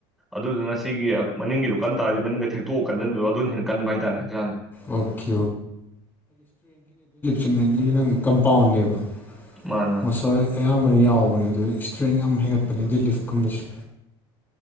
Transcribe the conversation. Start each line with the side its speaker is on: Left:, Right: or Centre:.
Centre: ꯑꯗꯨꯗꯨꯅ ꯁꯤꯒꯤ ꯃꯅꯤꯡꯒꯤꯗꯣ ꯀꯟ ꯇꯔꯗꯤ ꯃꯅꯤꯡꯒ ꯊꯦꯛꯇꯣꯛꯑ ꯀꯀꯟꯁꯤꯟꯕ ꯑꯗꯨꯅ ꯍꯦꯟꯅ ꯀꯟꯕ ꯍꯥꯏꯇꯥꯔꯦ ꯍꯛꯆꯥꯡꯁꯦ
Left: ꯑꯣꯀꯦ ꯑꯜꯇꯤꯃꯦꯠꯂꯤ ꯅꯪ ꯀꯝꯄꯥꯎꯟꯅꯦꯕ
Centre: ꯃꯥꯅꯦ ꯃꯥꯅꯦ
Left: ꯃꯁꯣꯏ ꯑꯌꯥꯝꯕꯅ ꯌꯥꯎꯕꯅꯦ ꯑꯗꯨ ꯏꯁꯇ꯭ꯔꯦꯡ ꯌꯥꯝ ꯍꯦꯟꯒꯠꯄꯅꯤ ꯗꯗꯤ ꯂꯤꯐꯀꯨꯝꯕꯁ